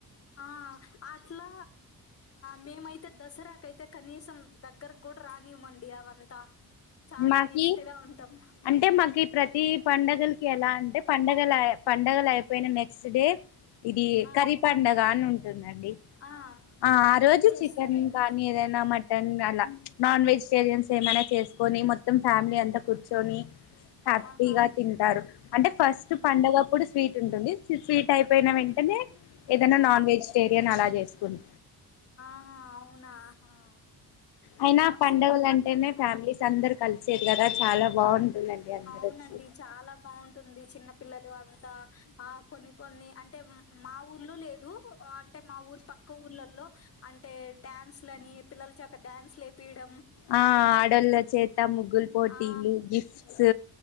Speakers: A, on the left; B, on the left.
A: ఆ అట్లా మేమైతే దసరాకయితే కనీసం దగ్గరకు కూడా రానివ్వండి అవంతా చాలా
B: మాకి
A: నిష్టగా ఉంటాం
B: అంటే మాకు ఈ ప్రతిీ పండుగలకి ఎలా అంటే పండగల పండగలు అయిపోయిన నెక్స్ క్స్ట్ డే ఇది
A: ఆ
B: కరిీ పండగ అని ఉంటుందండి
A: ఆ
B: ఆ ఆ రోజు
A: ఏం చేస్తారండి
B: చికెన్ కానీ ఏదైనా మ టన్ అలా నాన్ వెజిటేరియన్స్ ఏమైనా చేసుకొని మొత్తం ఫ్యామిలీ అంతా కూర్చొని హ్యాపీగా
A: ఆహా
B: తింటారు అంటే ఫస్ట్ పండగప్పుడు స్వీట్ ఉంటుంది స్వీటై పోయిన వెంటనే ఏదైనా
A: ఆ
B: నాన్ వెజిటేరియన్ అలా చేసుకున్
A: ఆహా అవునా
B: అయినా
A: మా
B: పండుగలు
A: సైడ్
B: అంటేనే ఫ్యామిలీస్
A: ఆ
B: అందరు కలిసేది కదా చాలా బాగుంటుందండి అందరు
A: అవునండి
B: వచ్చి
A: చాలా బాగుంటుంది చిన్న పిల్లలు అంతా ఆ కొన్ని కొన్ని అంటే మా ఊర్లో లేదు అంటే మా ఊరు పక్క ఊర్లలో అంటే డ్యాన్స్ లని పిల్లల చేత డ్యాన్స్లు లేపియడం
B: ఆ ఆడోళ్ళ చేత ముగ్గుల పోటీలు
A: ఆ
B: గిఫ్ట్స్